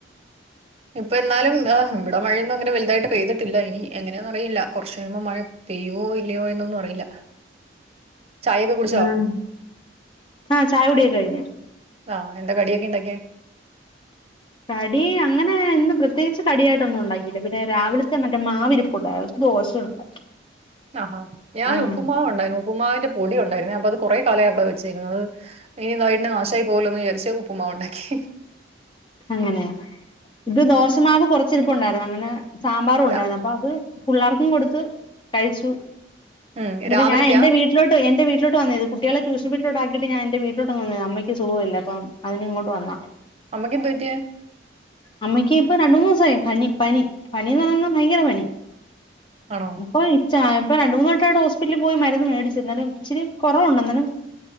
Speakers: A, on the right (about 35°); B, on the left (about 25°).
A: ഇപ്പൊ എന്നാലും ഇവിടെ മഴയൊന്നും അങ്ങനെ വലുതായിട്ട് പെയ്തിട്ടില്ല ഇനി എങ്ങനെയന്ന അറിയില്ല കുറച്ച കഴിയുമ്പോ മഴ പെയ്യുവോ ഇല്ലയോ എന്നൊന്നും അറിയില്ല ചായ ഒക്കെ കുടിച്ചോ
B: ആഹ് ആഹ് ചായ കുടിയെ കഴിഞ്ഞു
A: ആഹ എന്താ കടിയൊക്കെ ഇണ്ടാക്കിയ
B: കടി അങ്ങനെ ഇന്ന് പ്രത്യേകിച്ച് കടിയായിട്ടൊന്നും ഉണ്ടാക്കില്ല. പിന്നെ രാവിലത്തെ മറ്റേ മാവിരിപ്പുണ്ടായിരുന്നു. ദോശ ഉണ്ടാക്കി.
A: ആഹാ ഞാൻ
B: ആഹ്
A: ഉപ്പുമാവ ഉണ്ടാക്കിയേ. ഉപ്പുമാവിന്റെ പൊടി ഉണ്ടായിരുന്നേ. അപ്പത് കൊറേ കാലായി അവിടെ വെച്ചേക്കുന്ന് അത് ഇനി <unintelligible> നാശായി പോവൂല്ലോന്ന് വിചാരിച്ച് ഉപ്പുമാവുണ്ടാക്കി.
B: അങ്ങനേ ഇത് ദോശമാവ് കൊറച്ച് ഇരിപ്പോണ്ടായിരുന്നോ അങ്ങനെ? സാമ്പാറും ഉണ്ടായിരുന്നു
A: രാ
B: അപ്പോ അത് പുള്ളാർക്കും കൊടുത്ത് കഴിച്ചു
A: ഉം
B: എന്നിട്ട്
A: രാവിലത്തെയാ
B: ഞാൻ എൻറെ വീട്ടിലോട്ട് എൻറെ വീ വീട്ടിലോട്ട് വന്നത് കുട്ടികള ട്യൂഷൻ വീട്ടിലോട്ടാക്കിട്ട് ഞാനെന്റെ വീട്ടിലോട്ട വന്നതാ. അമ്മക്ക് സുഖോല്ല. അപ്പ അതിന് ഇങ്ങോട്ട് വന്നാ
A: എന്തുപറ്റിയെ?
B: അമ്മയ്ക്ക് ഇപ്പോ രണ്ട് മൂന്ന് ദിവസായി. പനി. പനി. പനിന്ന് പറഞ്ഞാ ഭയങ്കര പനി.
A: ആണോ
B: ഇപ്പോ ച ഇപ്പൊ രണ്ട് മൂന്ന് വട്ടായിടോ ഹോസ്പിറ്റലിൽ പോയി മരുന്ന് മേടിച്ചു എന്നാലും ഇച്ചിരി കൊറവുണ്ട്. എന്നാലും